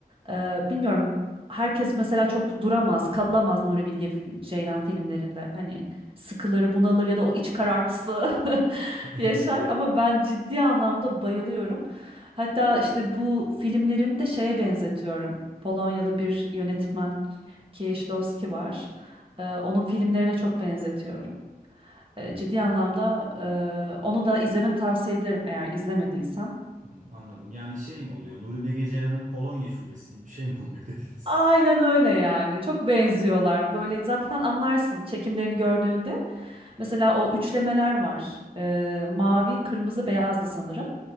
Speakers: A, on the right; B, on the right.
A: Ee, bilmiyorum. Herkes mesela çok duramaz, kalamaz Nuri Bilge F- Ceylan filmlerinde. Hani sıkılır, bunalır ya da o iç karartısı <laughs>
B: <laughs> Evet,
A: yaşar.
B: evet.
A: Ama ben ciddi anlamda bayılıyorum. Hatta işte bu filmlerini de şeye benzetiyorum. Polonyalı bir yönetmen Kieślowski var. Ee, onun filmlerine çok benzetiyorum. Ee,
B: Hmm,
A: ciddi anlamda e, onu da izlemeni tavsiye ederim eğer izlemediysen.
B: hmm, anladım. Yani şey mi oluyor? Nuri Bilge Ceylan'ın Polonya şubesi gibi bir şey mi oluyor <laughs> dediniz?
A: Aynen öyle yani. Çok benziyorlar. Böyle zaten anlarsın çekimlerini gördüğünde. Mesela o üçlemeler var. Ee, mavi, kırmızı, beyazdı sanırım.